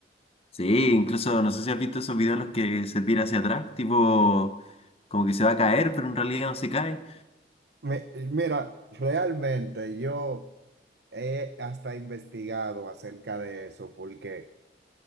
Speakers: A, on the left; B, on the right.
A: Sí, incluso no sé si has visto esos videos en los que se tira hacia atrás, tipo como que se va a caer, pero en realidad no se cae.
B: Mi- Mira, realmente yo he hasta investigado acerca de eso porque...